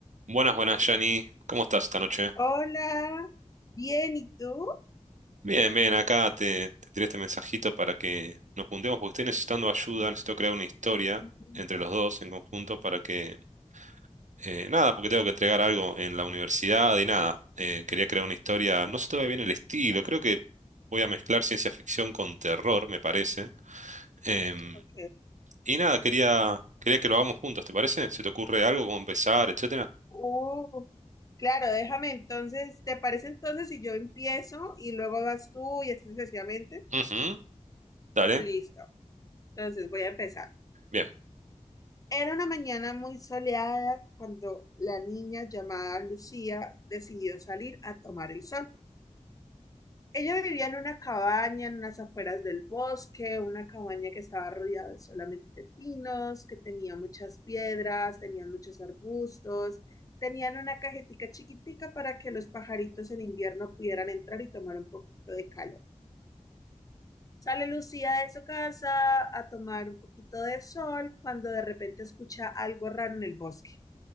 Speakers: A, on the right (about 75°); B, on the left (about 30°).
A: Buenas, buenas, Yanni. ¿Cómo estás esta noche?
B: Hola, bien, ¿y tú?
A: Bien, bien, acá te, te tiré este mensajito para que nos juntemos porque estoy necesitando ayuda, necesito crear una historia
B: Ujú,
A: entre los dos en conjunto para que... eh, nada, porque tengo que entregar algo en la universidad y nada. eh, quería crear una historia, no sé todavía bien el estilo, creo que voy a mezclar ciencia ficción con terror, me parece. Em,
B: Ok.
A: y nada, quería, quería que lo hagamos juntos, ¿te parece? ¿Se te ocurre algo, cómo empezar, etcétera?
B: Uh, claro, déjame entonces, ¿te parece entonces si yo empiezo y luego vas tú y así sucesivamente?
A: Ujú, dale.
B: Listo. Entonces voy a empezar.
A: Bien,
B: Era una mañana muy soleada cuando la niña llamada Lucía decidió salir a tomar el sol. Ella vivía en una cabaña en las afueras del bosque, una cabaña que estaba rodeada solamente de pinos, que tenía muchas piedras, tenían muchos arbustos, tenían una cajetica chiquitica para que los pajaritos en invierno pudieran entrar y tomar un poquito de calor. Sale Lucía de su casa a tomar un poquito de sol cuando de repente escucha algo raro en el bosque.